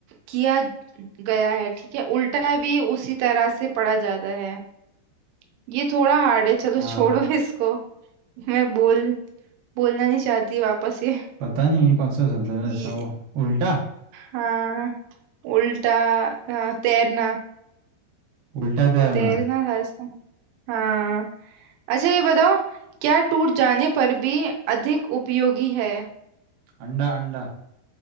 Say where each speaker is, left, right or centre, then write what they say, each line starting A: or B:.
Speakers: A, on the right (about 85°); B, on the right (about 70°).
A: किया गया है ठीक है उल्टा भी उसी तरह से पढ़ा जाता है ये थोड़ा हार्ड है चलो
B: हाँ
A: छोड़ो <laughs> इसको मैं बोल बोलना नहीं चाहती वापस ये
B: पता नहीं ये कौन सा शब्द है
A: ये
B: ऐसा वो उल्टा
A: हाँ उल्टा हाँ, तैरना
B: उल्टा तैरना
A: तैरना था इसका हाँ अच्छा ये बताओ क्या टूट जाने पर भी अधिक उपयोगी है
B: अंडा अंडा